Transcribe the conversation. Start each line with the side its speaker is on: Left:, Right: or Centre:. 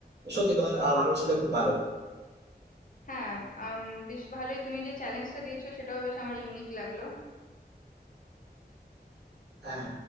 Right: সত্যি তোমার আহ, ভাবনা চিন্তা খুব ভালো
Left: হ্যাঁ আম, বেশ ভালোই তুমি যে চ্যালেঞ্জটা দিয়েছো সেটাও বেশ আমার ইউনিক লাগলো
Right: হ্যাঁ